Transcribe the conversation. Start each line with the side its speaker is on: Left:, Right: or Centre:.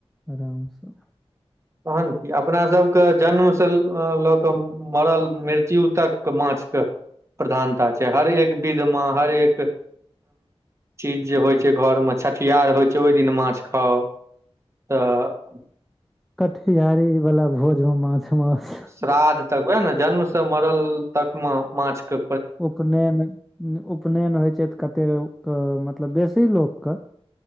Centre: आरामसँ
Right: तखन कि अपनासभके जन्मसँ लऽ कऽ मरल मृत्यु तक माछके प्रधानता छै हर एक विधमे हर एक चीज जे होइ छै घरमे छठिहार होइ छै ओहि दिन माछ खाउ तऽ
Centre: कठियारी वाला भोज मे माछ माउस
Right: श्राद्ध तक वएह ने जन्म से मरल तक मे माछके
Centre: उपनयन उपनयन होइ छै तऽ कतेकके मतलब बेसी लोकके